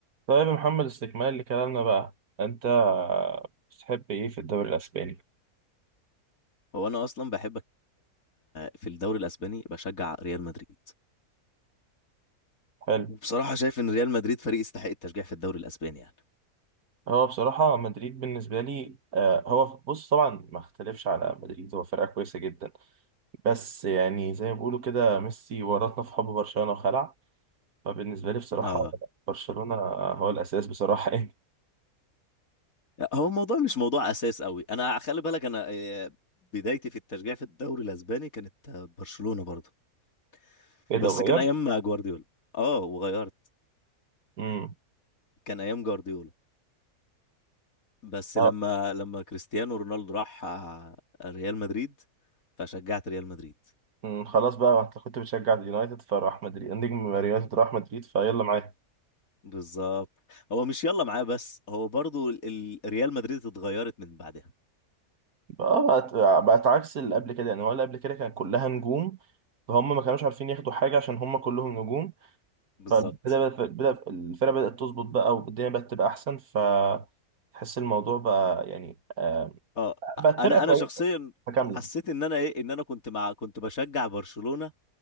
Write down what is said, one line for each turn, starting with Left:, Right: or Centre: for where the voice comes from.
Right: طيب يا محمد استكمال لكلامنا بقى انت بتحب ايه في الدوري الاسباني
Left: هو انا اصلا بحبك في الدوري الاسباني بشجع ريال مدريد
Right: حلو
Left: وبصراحه شايف ان ريال مدريد فريق يستحق التشجيع في الدوري الاسباني يعني
Right: هو بصراحة مدريد بالنسبة لي آه، هو بص طبعا ما اختلفش على مدريد هو فرقة كويسة جدا بس يعني زي ما بيقولوا كده ميسي ورطنا في حب برشلونة وخلع فبالنسبة لي بصراحة
Left: اه
Right: برشلونة هو الأساس بصراحة <laughs> يعني
Left: هو الموضوع مش موضوع اساس قوي انا خلي بالك انا آه، بدايتي في التشجيع في الدوري الاسباني كانت آه، برشلونه برضه
Right: ايه
Left: بس
Right: ده غير
Left: كان ايام جوارديولا اه وغيرت
Right: امم
Left: كان ايام جوارديولا بس
Right: آه،
Left: لما لما كريستيانو رونالدو راح آه، ريال مدريد فشجعت ريال مدريد
Right: أمم، خلاص بقى انت كنت بتشجع اليونايتد فراح مدريد نجم اليونايتد راح مدريد فيلا معايا
Left: بالظبط هو مش يلا معاه بس هو برضو ال- ال- ريال مدريد اتغيرت من بعدها
Right: بقى بقت بقت عكس اللي قبل كده يعني هو اللي قبل كده كان كلها نجوم فهم ما كانوش عارفين ياخدوا حاجة عشان هم كلهم نجوم
Left: بالظبط
Right: فبدأ بدأ الفرقة بدأت تظبط بقى والدنيا بقت تبقى أحسن فتحس الموضوع بقى يعني آه،
Left: اه
Right: بقت
Left: انا
Right: فرقة كويسة
Left: انا شخصيا
Right: متكاملة
Left: حسيت ان انا ايه ان انا كنت مع كنت بشجع برشلونة